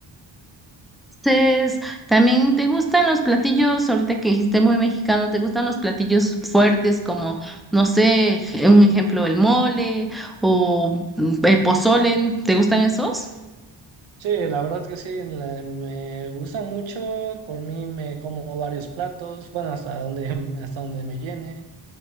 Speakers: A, in the centre; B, on the right.
A: Entonces, ¿también te gustan los platillos, ahorita que dijiste muy mexicano, te gustan los platillos fuertes como, no sé, un ejemplo, el mole o el pozole? ¿Te gustan esos?
B: Sí, la verdad que sí, la- me gusta mucho, por mí me como varios platos, bueno, hasta donde, <laughs> hasta donde me llene.